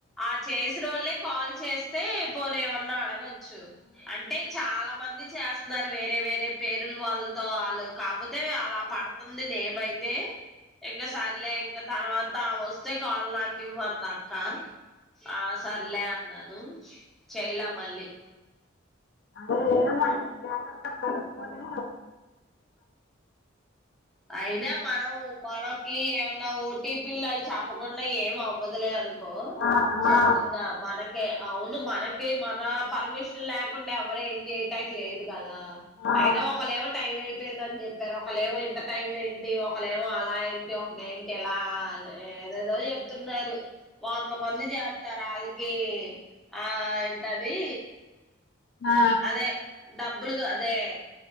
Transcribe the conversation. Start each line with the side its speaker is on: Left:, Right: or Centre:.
Centre: ఆ చేసినోళ్లే కాల్ చేస్తే పోనీ ఏమన్నా అడగ చ్చు అంటే చాలా మంది చేస్ దాని వేరే వేరే పేరులు వాళ్ళతో ఆళ్ళు కాపోతే అలా పడుతుంది నేమై తే ఎంగే సర్లే ఇంక తర్వాత ఆవొ తే కాల్ నాకివ్వ అంది అక్క ఆ సర్లే అన్నాను చేయలా మళ్ళీ
Left: ఏదైనా <inaudible> జాగ్రత్తగా కనుక్కొని
Centre: అయినా మనం మనకి ఏమన్నా ఓ టీ పీ లు అవి చెప్పకుండా ఏం అవ్వదులే అని పోళచెప్తున్నా
Left: ఆ, ఆ,
Centre: మన కే అవును మనకి మన పర్మిషన్ లేకుండా ఎవరూ ఎం చేయటాకి లేదు కదా
Left: ఆ,
Centre: అయినా ఒకళ్ళేమో టైం అయిపోయిందని చెప్పారు ఒకళ్ళేమో ఇంత టైం ఏంటి ఒకలేేమో అలా ఏంటి <unintelligible> ఏంటి ఎలా అదే ఏదేదో చెప్తున్నారు వంద మంది జేత్తారు ఆళ్ళికి కి ఆ ఏంటది
Left: ఆ, ఆ.
Centre: అదే డబ్బులుగా అదే